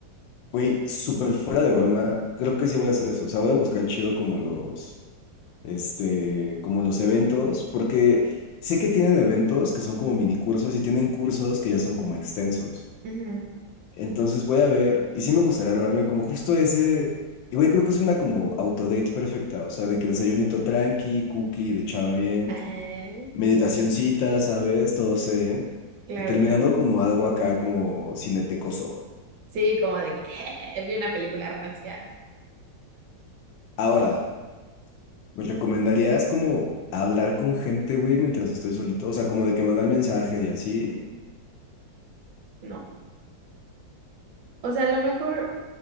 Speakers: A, on the left (about 80°); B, on the right (about 70°).
A: Güey, súper fuera de broma. Creo que sí voy a hacer eso. O sea, voy a buscar chido como los, este, como los eventos, porque sé que tienen eventos que son como mini cursos y tienen cursos que ya son como extensos.
B: ujú.
A: Entonces voy a ver, y sí me gustaría armarme como justo ese, y güey, creo que es una como autodate perfecta, o sea, de que desayunito tranqui, cookie, de chava bien,
B: Ajá,
A: meditacioncita, ¿sabes? Todo zen,
B: claro,
A: y terminando
B: claro.
A: como algo acá como cinetecoso.
B: Sí, como de que <laughs> vi una película rancia.
A: Ahora, ¿me recomendarías como hablar con gente, güey, mientras estoy solito? O sea, como de que mandar mensaje y así.
B: No. O sea, a lo mejor